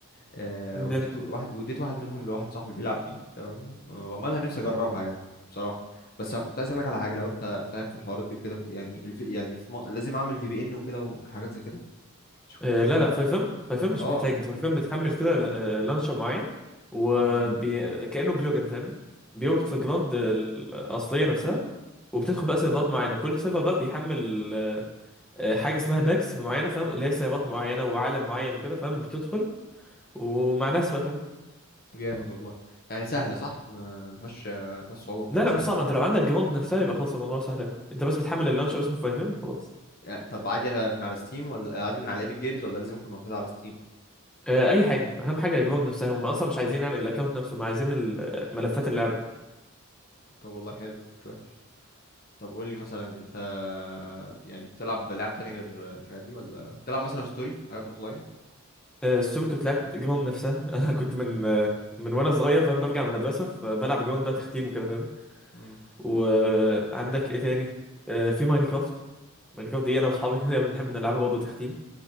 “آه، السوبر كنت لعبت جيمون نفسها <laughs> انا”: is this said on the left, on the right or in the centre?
Centre